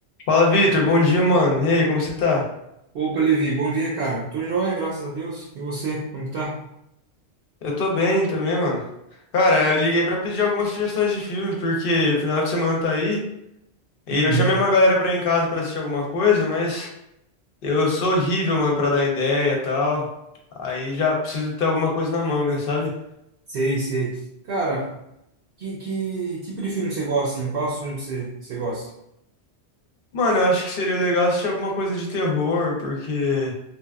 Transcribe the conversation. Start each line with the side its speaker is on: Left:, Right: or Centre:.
Left: Fala, Vitor. Bom dia, mano. E aí, como você tá?
Right: Opa, Levi, bom dia, cara. Tô joia, graças a Deus. E você, como que tá?
Left: Eu tô bem também, mano. Cara, eu liguei pra pedir algumas sugestões de filme, porque final de semana tá aí. E
Right: Uhum.
Left: eu chamei uma galera pra ir em casa pra assistir alguma coisa, mas eu sou horrível, mano, pra dar ideia e tal. Aí já preciso ter alguma coisa na manga, sabe?
Right: Sei, sei. Cara, que, que tipo de filme você gosta, assim? Qual assunto você, você gosta?
Left: Mano, eu acho que seria legal assistir alguma coisa de terror, porque,